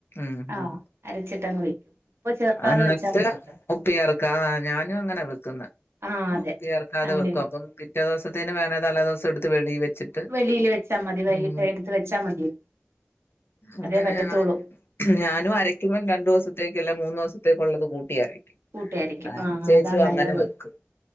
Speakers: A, on the left; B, on the right.
A: മ്മ്
B: ആ
A: മ്മ്.
B: അരച്ചിട്ടങ്ങ് വെക്കും ഉപ്പ് ചേർക്കാതെ
A: അന്നിട്ട്
B: വെച്ചാൽ മതിയല്ലോ
A: ഉപ്പ് ചേർക്കാതെ ഞാനു അങ്ങനെ വെക്കുന്നെ.
B: ആ
A: അഹ്
B: അതെ
A: ഉപ്പു ചേർക്കാതെ
B: അങ്ങനെ
A: വെക്കും.
B: വെ-
A: അപ്പം പിറ്റേ ദിവസത്തിന് വേണേ തലേ ദിവസെടുത്ത് വെളീ വെച്ചിട്ട്
B: വെളീല് വെച്ചാ മതി വൈകിട്ട്
A: ഉം
B: എടുത്ത് വെച്ചാ മതി.
A: അങ്ങനെ
B: അതേ പറ്റത്തുള്ളൂ.
A: ഞാനും ഞാനും അരയ്ക്കുമ്പോ രണ്ടുസത്തേക്കല്ല മൂന്നൂ ദിവസത്തേക്കുള്ളത് കൂട്ടി അരയ്ക്കും.
B: കൂട്ടിയരക്കും
A: ആരച്ചേച്ചു
B: ആ അതാ നല്ലത്
A: അങ്ങനെ വെക്കും.